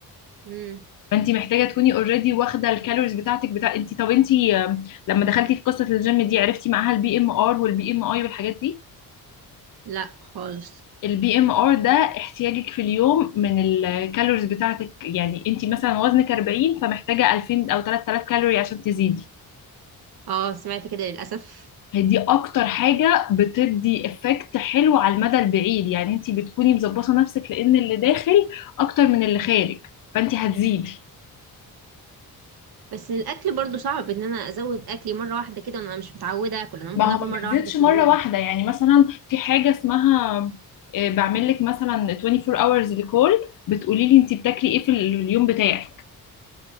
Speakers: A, on the right; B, on the left.
A: امم
B: فانت محتاجه تكوني اوريدي واخده الكالوريز بتاعتك بتاع انت طب انت آه، لما دخلتي في قصه الجيم دي عرفتي معاها البي ام ار والبي ام اي والحاجات دي
A: لا خالص
B: البي ام ار ده احتياجك في اليوم من الكالوريز بتاعتك يعني انت مثلا وزنك 40 فمحتاجه 2000 او 3000 كالوري عشان تزيدي
A: اه سمعت كده للاسف
B: هي دي اكتر حاجه بتدي افكت حلو على المدى البعيد يعني انت بتكوني مظبطه نفسك لان اللي داخل اكتر من اللي خارج فانت هتزيدي
A: بس الاكل برضو صعب ان انا ازود اكلي مره واحده كده انا مش متعوده اكل انا ممكن
B: ما هو
A: اكل
B: ما
A: مره
B: بتزيدش
A: واحده في
B: مره
A: اليوم
B: واحده يعني مثلا في حاجه اسمها آه، بعمل لك مثلا 24 hours ريكول بتقولي لي انت بتاكلي ايه في اليوم بتاعك